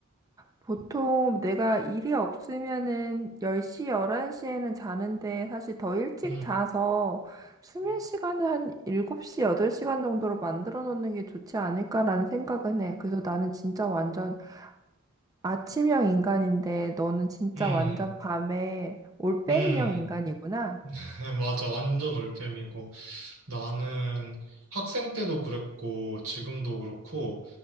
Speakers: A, on the right (about 15°); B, on the right (about 85°).
A: 보통 내가 일이 없으면은 10시, 11시에는 자는데 사실 더 일찍
B: 음,
A: 자서 수면
B: 음,
A: 시간을 한 7시, 8시간 정도로 만들어 놓는 게 좋지 않을까라는 생각은 해. 그래서 나는 진짜 완전 아침형 인간인데 너는 진짜
B: 음.
A: 완전 밤에 올빼미형
B: 음.
A: 인간이구나.
B: <laughs> 맞아, 완전 올빼미고. 나는 학생 때도 그랬고 지금도 그렇고